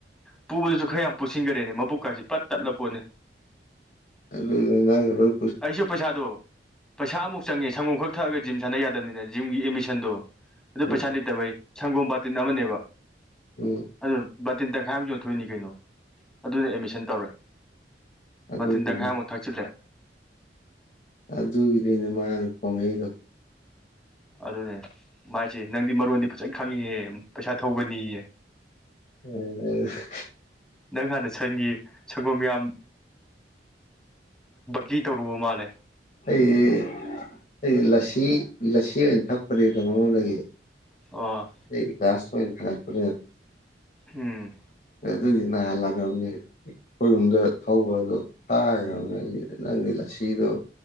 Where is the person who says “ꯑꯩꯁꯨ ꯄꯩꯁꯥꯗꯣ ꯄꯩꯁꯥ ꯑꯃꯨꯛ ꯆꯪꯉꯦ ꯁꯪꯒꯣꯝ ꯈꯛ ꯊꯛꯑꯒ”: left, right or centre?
Centre